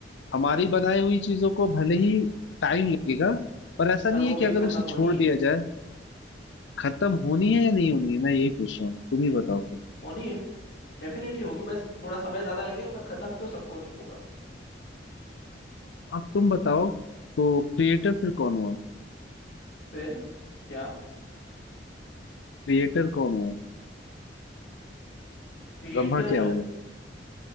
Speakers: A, on the left; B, on the left.
A: हमारी बनाई हुई चीजों को भले ही टाइम लगेगा पर ऐसा
B: पर
A: नहीं
B: वो
A: है कि
B: भी
A: अगर
B: खत्म
A: उसे
B: होनी
A: छोड़
B: ही
A: दिया
B: है
A: जाए खत्म होनी है या नहीं होनी है मैं यही पूछ रहा हूँ तुम ही बताओ
B: होनी है डेफिनेटली होगी बस थोड़ा समय ज्यादा लगेगा पर खत्म तो सब कुछ होगा
A: अब तुम बताओ तो क्रिएटर फिर कौन हुआ
B: फिर क्या
A: क्रिएटर कौन हुआ
B: क्रिएटर
A: ब्रह्मा क्या हुए